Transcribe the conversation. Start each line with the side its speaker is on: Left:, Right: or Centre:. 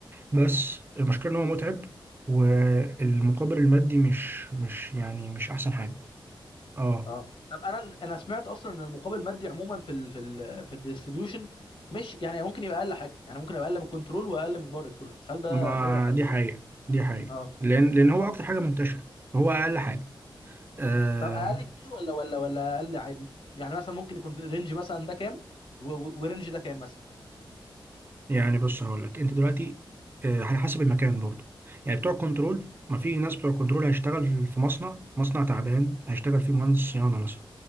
Right: بس
Left: آه.
Right: المشكلة ان هو متعب والمقابل المادي مش مش يعني مش احسن
Left: مش
Right: حاجة
Left: قد كده
Right: اه
Left: اه طب انا انا سمعت اصلا ان المقابل المادي عموما في ال في ال في الديستريبيوشن مش يعني ممكن يبقى اقل حاجه يعني ممكن يبقى اقل من كنترول واقل من باور الكترونكس هل ده
Right: ما
Left: ده حقيقي
Right: دي
Left: برضه
Right: حقيقة دي حقيقة
Left: اه
Right: لان لان هو
Left: طب
Right: اكتر حاجة منتشرة فهو اقل حاجة آه
Left: طب اقل كتير ولا ولا ولا اقل عادي يعني مثلا ممكن يكون رينج مثلا ده كام و- و- ورينج ده كام مثلا
Right: يعني بص هقول لك انت دلوقتي آه على حسب المكان برضو يعني بتوع كنترول ما في ناس بتوع كنترول هيشتغل في مصنع مصنع تعبان هيشتغل فيه مهندس صيانة مثلا